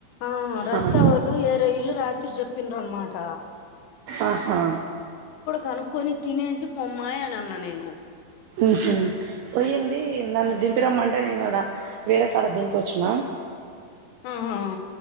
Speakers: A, on the left; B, on the right.
A: ఆ రజిత
B: ఆ
A: వాళ్ళు ఏరే ఇళ్ళు ర ి చెప్పిండ్రన్నమాట
B: ఆహా
A: కనుక్కొని తినేసి పొమ్మాయి అని అన్న నేను
B: మ్ హు పోయ్యింది నన్న
A: మరింగా
B: దింపిరమ్మంటే నీను ర వేరే కాడ దీంపి వచ్చిన
A: ఆహా